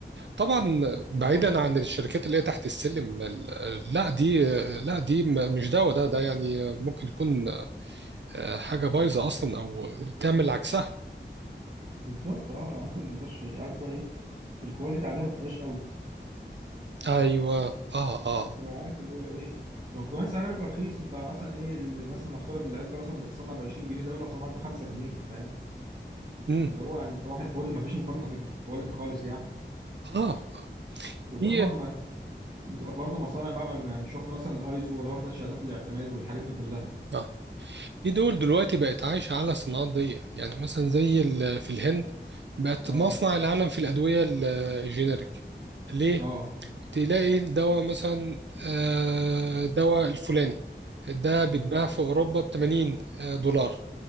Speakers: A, on the right; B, on the right.
A: طبعا بعيدا
B: بالظبط
A: عن الشركات اللي هي تحت السلم ال- ال- لا دي لا دي م- مش دواء ده ده يعني ممكن يكون آه، حاجة بايظة اصلا او تعمل عكسها
B: بالظبط اه يعني ممكن ما يبقاش عارف بقى ايه الكواليتي عليها ما تبقاش قوي
A: ايوه اه اه
B: تبقى عارف اللي هو ايه وكمان سعرها بيبقى رخيص انت مثلا ايه اللي مثلا نفترض العلبه مثلا بتصنع ب 20 جنيه ده يقول لك صنعك ب 5 جنيه فاهم
A: امم
B: فاللي هو يعني صباح الفل ما فيش مقارنه في في الكواليتي خالص يعني
A: اه
B: وبتبقى
A: في
B: طبعا ما- بتبقى برضه مصانع بقى ما- ما- مش واخده مثلا الايزو ولا واخده شهادات الاعتماد والحاجات دي كلها
A: آه، في دول دلوقتي بقت عايشة على صناعات ضيقة يعني مثلا زي ال- في الهند بقت
B: اه
A: مصنع العالم في الأدوية ال- الجينيريك ليه؟
B: اه
A: تلاقي الدواء مثلا آه، دواء الفلاني ده بيتباع
B: بالظبط
A: في أوروبا ب 80 دولار